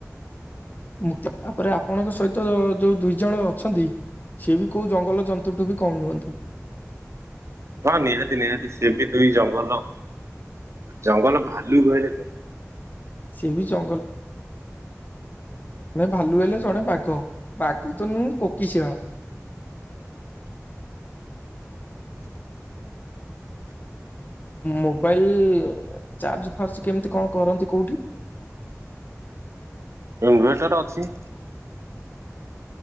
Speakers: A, on the left; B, on the right.
A: ମୁ ତାପରେ ଆପଣଙ୍କ ସହିତ ଯୋଉ ଦୁଇ ଜଣ ଅଛନ୍ତି ସିଏ ବି କୋଉ ଜଙ୍ଗଲ ଜନ୍ତୁଠୁ ବି କମ୍ ନୁହନ୍ତି।
B: ହ ନିହାତି ନିହାତି ସେ ବି ଦୁଇ ଜଙ୍ଗଲ ଜଙ୍ଗଲ ଭାଲୁ କହିଲେ ଚଲେ
A: ସେ ବି ଜଙ୍ଗଲ ଆମେ ଭାଲୁ ହେଲେ ଜଣେ ବାଘ ବାଘ ତ ନୁହେଁ କୋକିଶିଆଳ ମୋବାଇଲ ଚାର୍ଜ ଫାର୍ଜ କେମିତି କଣ କରନ୍ତି କୋଉଠି?
B: ଇନଭେଟର ଅଛି।